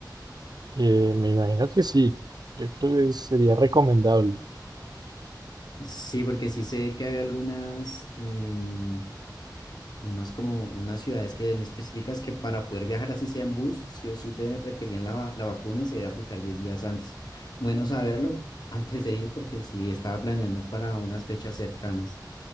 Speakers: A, on the right; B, on the left.
A: Eh, me imagino que sí, yo creo que sería recomendable.
B: Sí, porque sí sé que hay algunas, em, unas como unas ciudades que en específicas que para poder viajar así sea en bus, sí o sí te requerían la, va- la vacuna y se debe aplicar 10 días antes. Bueno saberlo <laughs> antes de ir porque sí estaba planeando para unas fechas cercanas.